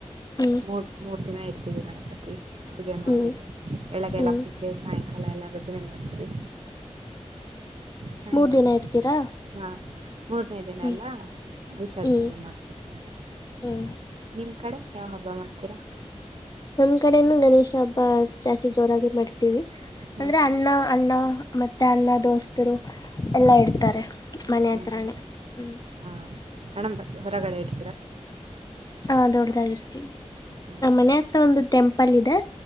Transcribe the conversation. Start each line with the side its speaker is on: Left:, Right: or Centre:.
Left: ಹ್ಮ್
Right: ಮೂಡ್ ಮೂರ್ ದಿನ ಇರ್ತೀವಿ ಗಣಪತಿ ಪೂಜೆ ಮಾಡಿ
Left: ಹ್ಮ್
Right: ಬೆಳಗ್ಗೆ ಎಲ್ಲ
Left: ಹ್ಮ್
Right: ಪೂಜ ಸಾಯಂಕಾಲ ಎಲ್ಲ ಭಜನೆ ಮಾಡ್ತೀವಿ ಸಾಯಂಕಾಲ
Left: ಮೂರ್ ದಿನ ಇಡ್ತೀರಾ
Right: ಹಾ ಮೂರನೇ ದಿನ
Left: ಹ್ಮ್
Right: ಎಲ್ಲ ವಿಸರ್ಜನೆ
Left: ಹ್ಮ್
Right: ಮಾಡ್ತೀವಿ
Left: ಹ್ಮ್
Right: ನಿಮ್ ಕಡೆ ಯಾವ್ ಹಬ್ಬ ಮಾಡ್ತೀರಾ
Left: ನಮ್ ಕಡೆನು ಗಣೇಶ ಹಬ್ಬ ಜಾಸ್ತಿ ಜೋರಾಗಿ ಮಾಡ್ತೀವಿ
Right: ಹ್ಮ್
Left: ಅಂದ್ರೆ ಅಣ್ಣ ಅಣ್ಣ ಮತ್ತು ಅನ್ನ ದೋಸ್ತರು
Right: ಹ್ಮ್
Left: ಎಲ್ಲ ಇರ್ತಾರೆ ಮನೆ
Right: ಹ್ಮ್
Left: ಹತ್ರಿನೇ ಹ್ಞ
Right: ಹಾ ಹಣಂಬತ್ ಹೊರಗಡೆ ಇಡ್ತವಿ
Left: ಹಾದೊಡದಾಗಿರುತಿ
Right: ಹ್ಮ್
Left: ನಮ್ಮನ ಒಂದು ಟೆಂಪಲ್ ಇದೆ